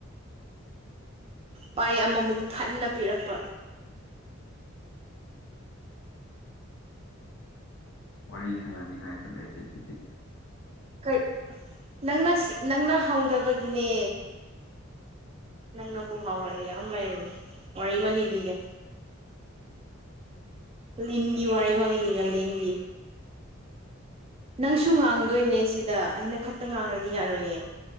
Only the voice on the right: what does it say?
ꯄꯥꯏ ꯑꯃꯃꯨꯛ ꯊꯟꯅ ꯄꯤꯔꯛꯄ
ꯀꯔꯤ ꯅꯪꯅ ꯅꯪꯅ ꯍꯧꯗꯕꯒꯤꯅꯦ ꯅꯪ ꯅꯪꯕꯨ ꯍꯥꯎꯔꯦ ꯌꯥꯝ ꯂꯩꯔꯦꯅꯦ ꯋꯥꯔꯤ ꯑꯃ ꯂꯤꯕꯤꯒꯦ ꯂꯤꯒꯤ ꯋꯥꯔꯤ ꯃꯥ ꯂꯩꯒ ꯂ ꯂꯤ ꯅꯪꯁꯨ ꯉꯥꯡꯗꯣꯏꯅꯦ ꯁꯤꯗ ꯑꯩꯅ ꯈꯛꯇ ꯉꯥꯡꯔꯗꯤ ꯌꯥꯔꯣꯏꯌꯦ